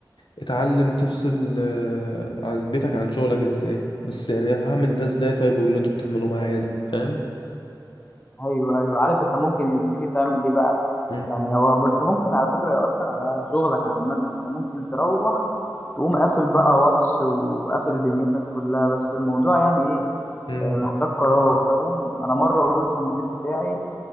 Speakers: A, on the left (about 80°); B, on the left (about 20°).
A: اتعلم تفصل آه، عن بيتك عن شغلك ازاي بس يعني هعمل ده ازاي طيب واللي انتوا بتعملوه معايا ده فاهم
B: ايوه ايوه عارف انت ممكن يا زميلي تعمل ايه بقى
A: امم
B: يعني هو بس ممكن على فكرة يأثر على شغلك عامة انت ممكن تروح تقوم قافل بقى واتس وقافل دنيتك كلها بس الموضوع يعني ايه
A: امم
B: آه، محتاج قرار فاهم انا مره قلت للمدير بتاعي